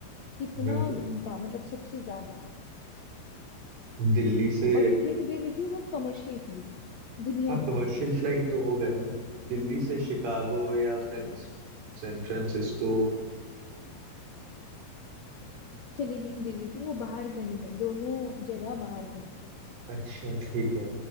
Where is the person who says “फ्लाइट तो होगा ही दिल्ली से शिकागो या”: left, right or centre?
Right